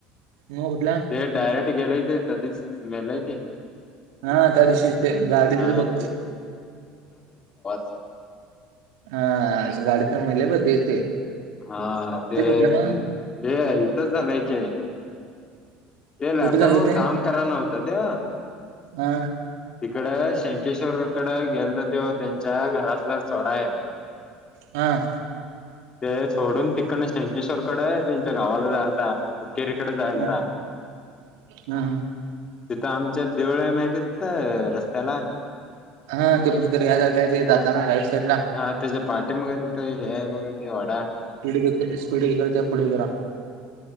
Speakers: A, on the right (about 70°); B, on the left (about 35°).
A: म उडला.
B: ते डायरेक्ट गेलेय ते कधीच मेलय ते.
A: हा त्या दिवशीच ते गाडीच
B: हा
A: बघ
B: ते, <unintelligible>
A: हां गाडीतच मेलंय बघ तेच ते.
B: हां ते,
A: कुठलं मग
B: ते इथच झालंय की. ते लॅपटॉपवर
A: कुठे झालं ते
B: काम करायला नव्हता त्यो.
A: हा
B: हिकड शेंकेश्वर कडे गेलता त्यो त्यांच्या घरासलास सोडाय.
A: हां.
B: ते सोडूनं तिकंडन शंकेश्वर कड त्यांच्या गावाला जायालता. हुक्केरीकड जायंलता.
A: हा हा हा
B: तिथं आमच्यात देऊळ माहितेय तिंथ रस्त्याला.
A: हां ते मंदिर ह्या साईडला ते जाताना राईट साईड ला.
B: हां तेज्या पाठीमाग तिथं हे हाय बघा ते वडा.
A: स्पीड गेलत <unintelligible> स्पीडब्रकरच्या पुढे जरा.